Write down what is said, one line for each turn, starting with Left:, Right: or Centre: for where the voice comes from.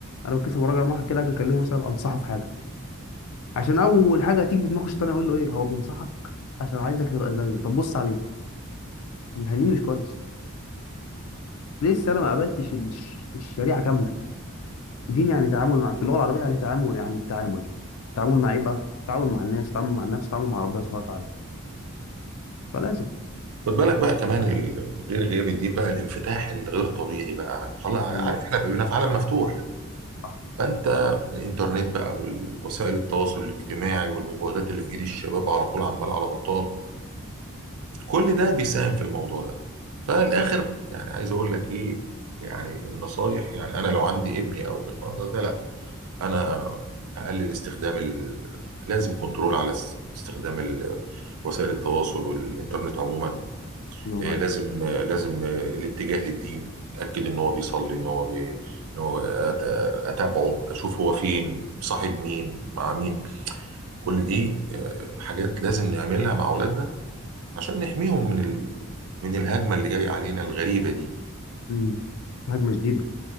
Left: انا بتكسف وانا راجع مع واحد كده اجي اكلمه مثلا انصحه في حاجه عشان اول حاجه هتيجي في دماغه الشيطان يقول له ايه هو بينصحك عشان عايزك تبقى زيه طب بص عليه طب مخليه مش كويس لسه انا ما قابلتش الش- الشريعه كامله دين يعني تعامل مع في اللغه العربيه يعني تعامل يعني التعامل تعامل مع ايه بقى تعامل مع الناس تعامل مع النفس تعامل مع ربنا سبحانه وتعالى فلازم
Right: خد بالك بقى كمان ال- غير غياب الدين بقى الانفتاح الغير طبيعي بقى عن- خلاص
Left: ايوه
Right: عارف احنا بقينا في عالم مفتوح
Left: صح
Right: فانت الانترنت بقى والوسائل التواصل الاجتماعي والموبايلات اللي في ايد الشباب على طول عمال على بطال كل ده بيساهم في الموضوع ده فالاخر
Left: صح
Right: يعني عايز اقول لك ايه يعني النصايح يعني انا لو عندي ابني او بالمنظر ده لا انا اقلل استخدام ال... لازم كنترول على اس- استخدام ال... وسائل التواصل والانترنت عموما
Left: الله
Right: إيه
Left: يبارك.
Right: لازم آه، لازم آه، الاتجاه للدين اتاكد ان هو بيصلي ان هو بي... ان هو أت... اتابعه اشوف هو فين صاحب مين مع مين كل دي آه، حاجات لازم نعملها مع اولادنا عشان نحميهم من ال... من الهجمة اللي جاية علينا الغريبة دي
Left: مم. في هجمه شديده